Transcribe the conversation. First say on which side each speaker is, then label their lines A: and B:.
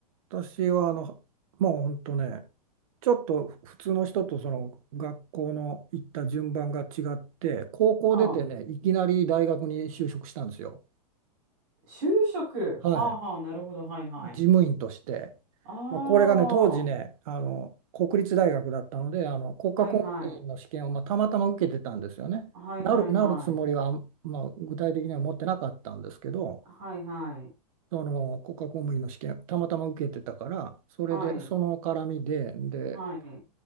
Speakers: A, on the right; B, on the right.
A: 私はあの、もう本当ね、ちょっと普通の人とその学校の行った順番が違って、高校出てね、
B: はあ。
A: いきなり大学に就職したんですよ。
B: 就職。
A: はい。
B: はあはあ、なるほど、はいはい。
A: 事務員として、
B: ああ。
A: まあ、これがね当時ねあの国立大学だったのであの国家公務員の試験を、
B: はいはい。
A: まあ、たまたま受けてたんですよね。
B: はいはいはい。
A: なる、なるつもりは、まあ、具体的には持ってなかったんですけど
B: はいはい。
A: その国家公務員の試験たまたま受けてたからそれでその絡みで、
B: はい。
A: で、
B: はい。